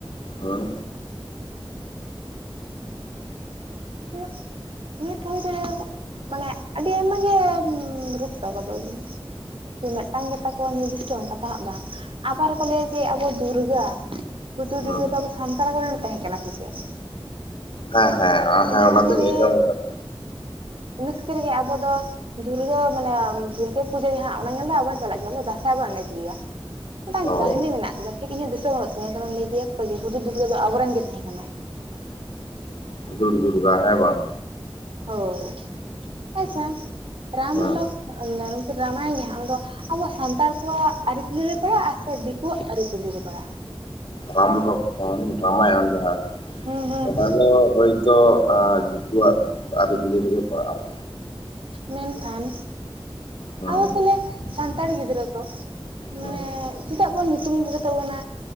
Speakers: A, on the left; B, on the right.
A: ᱦᱳᱭ
B: ᱦ <inaudible> ᱚᱱᱟ ᱦᱚᱛ <inaudible> ᱢᱟᱱᱮ ᱟᱹᱰᱤ ᱟᱭᱢᱟᱜ ᱜᱮ ᱨᱩᱯ ᱛᱟᱠᱚ ᱫᱚ ᱡᱮ ᱢᱤᱫᱴᱟᱝ ᱜᱮᱛᱟ ᱠᱚᱣᱟ ᱱᱤᱨᱫᱤᱥᱴᱚ ᱚᱱᱠᱟ ᱫᱚ ᱦᱟᱸᱜ ᱵᱟᱝ ᱟᱵᱟᱨ ᱠᱚ ᱞᱟᱹᱭᱟ ᱡᱮ ᱟᱵᱚ ᱫᱩᱨᱜᱟᱹ ᱦᱩᱫᱩᱲ
A: ᱦᱩᱸ
B: ᱫᱩᱨᱜᱟᱹ ᱫᱚ ᱟᱵᱚ ᱥᱟᱱᱛᱟᱲ ᱠᱚᱨᱮᱱ ᱛᱟᱦᱮᱸ ᱠᱟᱱᱟ ᱥᱮ ᱪᱮᱫ
A: ᱦᱮᱸ ᱦᱮᱸ ᱦᱮᱸ
B: ᱤᱱᱟᱹ
A: ᱚᱱᱟ
B: ᱠᱷᱟᱹᱛᱤᱨ
A: ᱫᱚᱧ
B: ᱜᱮ
A: ᱟᱡᱚᱢ ᱠᱟᱫᱟ
B: ᱤᱱᱟᱹ ᱠᱷᱟᱹᱛᱤᱨ ᱜᱮ ᱟᱵᱚ ᱫᱚ ᱫᱩᱨᱜᱟᱹ ᱢᱟᱱᱮ ᱫᱩᱨᱜᱟᱹ ᱯᱩᱡᱟᱹ ᱡᱟᱦᱟᱸ ᱚᱱᱟ ᱧᱮᱞ ᱫᱚ ᱟᱵᱚᱱ ᱪᱟᱞᱟᱜ ᱜᱮᱭᱟ ᱟᱵᱚ ᱫᱟᱸᱥᱟᱭ ᱵᱚᱱ ᱮᱱᱮᱡ ᱜᱮᱭᱟ ᱢᱤᱫᱴᱟᱝ
A: ᱚ
B: ᱠᱟᱹᱦᱱᱤ ᱢᱮᱱᱟᱜ ᱟᱠᱟᱫᱟ ᱴᱷᱤᱠ ᱤᱧ ᱦᱚᱸ ᱫᱤᱥᱟᱹ ᱵᱟᱹᱱᱩᱜ ᱛᱤᱧᱟᱹ ᱠᱟᱨᱚᱱ ᱞᱟᱹᱭ ᱜᱮᱭᱟ ᱠᱚ ᱦᱩᱫᱩᱲ ᱫᱩᱨᱜᱟᱹ ᱫᱚ ᱟᱵᱚ ᱨᱮᱱ ᱜᱮ ᱛᱟᱦᱮᱸ ᱠᱟᱱᱟᱭ
A: ᱦᱩᱫᱩᱲ ᱫᱩᱨᱜᱟ ᱦᱮᱸ ᱵᱟᱝ
B: ᱦᱳᱭ ᱦᱳᱭ ᱟᱪᱪᱷᱟ ᱨᱟᱢᱞᱚᱠ
A: ᱦᱮᱸ
B: ᱱᱩᱠᱤᱱ ᱨᱟᱢᱟᱭᱚᱱ ᱡᱟᱦᱟᱸ ᱚᱱᱟ ᱫᱚ ᱟᱵᱚ ᱥᱟᱱᱛᱟᱲ ᱠᱚᱣᱟᱜ ᱟᱹᱨᱤᱪᱟᱞᱤ ᱨᱮ ᱯᱟᱲᱟᱜᱼᱟ ᱥᱮ ᱫᱤᱠᱩᱣᱟᱜ ᱟᱹᱨᱤᱪᱟᱞᱤ ᱨᱮ ᱯᱟᱲᱟᱜᱼᱟ
A: ᱨᱟᱢᱞᱚᱠᱠᱷᱚᱱ ᱨᱟᱢᱟᱭᱚᱱ ᱡᱟᱦᱟᱸ
B: ᱦᱩᱸ ᱦᱩᱸ
A: ᱚᱱᱟ
B: ᱦᱩᱸ
A: ᱫᱚ ᱦᱳᱭ ᱛᱚ ᱫᱤᱠᱩᱣᱟᱜ ᱟᱹᱨᱤ ᱪᱟᱹᱞᱤ ᱨᱮ ᱜᱮ ᱯᱟᱲᱟᱜᱼᱟ
B: ᱢᱮᱱᱠᱷᱟᱱ
A: ᱦᱮᱸ
B: ᱟᱵᱚ ᱛᱟᱦᱚᱞᱮ ᱥᱟᱱᱛᱟᱲ ᱜᱤᱫᱽᱨᱟᱹ ᱠᱚ ᱢᱟᱱᱮ
A: ᱦᱮᱸ
B: ᱪᱮᱫᱟᱜ ᱵᱚᱱ ᱧᱩᱛᱩᱢ ᱠᱚ ᱜᱮ ᱛᱟᱵᱚᱱᱟ